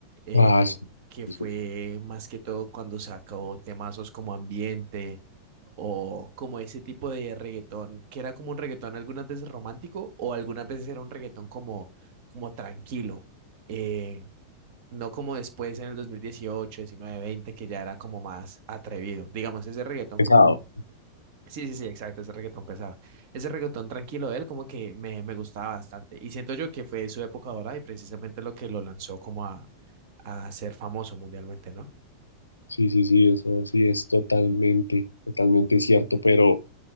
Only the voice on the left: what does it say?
Ah, sí,
sí,
sí.
Pesado.
Sí, sí, sí, eso sí es totalmente, totalmente cierto, pero,